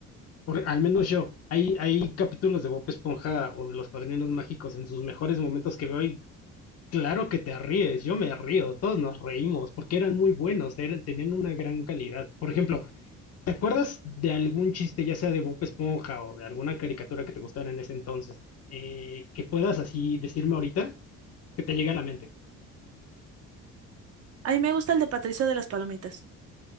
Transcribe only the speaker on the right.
A mí me gusta el de Patricio de las palomitas.